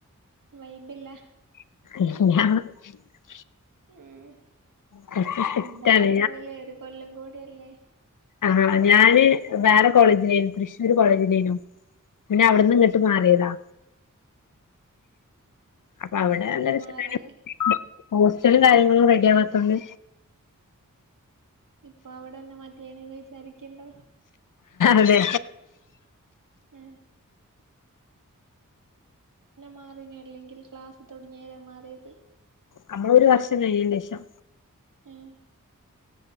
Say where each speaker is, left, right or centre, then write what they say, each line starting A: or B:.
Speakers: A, on the right; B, on the left.
A: വൈബില്ല
B: <unintelligible>
A: ഉം
B: കുറച്ച് സ്ട്രിക്റ്റാണ്
A: എന്തായാലും പോയില്ലേ ഒരു കൊല്ലം കൂടിയല്ലേ
B: ആഹ് ഹ് ഞാന് വേറെ കോളേജിലേനും തൃശ്ശൂർ കോളേജിലേനും പിന്നെ അവിടെന്ന് ഇങ്ങട്ട് മാറിയതാ അപ്പൊ അവിടെ
A: അതെന്തേ
B: എന്താ വെച്ചിട്ടുണ്ടെങ്കിൽ
A: മാറിയെ
B: ഹോസ്റ്റലും കാര്യങ്ങളും റെഡി ആവാത്തോണ്ട്
A: ഇപ്പൊ അവിടെ ന്നെ മ യേനേ ന്ന് വിചാരിക്കയുണ്ടോ
B: അതെ
A: ഉം മാറി ഞാൻ അല്ലെങ്കിൽ ക്ലാസ്സ് തുടങ്ങിയവരെ മാറിയത്
B: നമ്മള് ഒരു വർഷം കഴിഞ്ഞന് ശേഷം
A: ഉം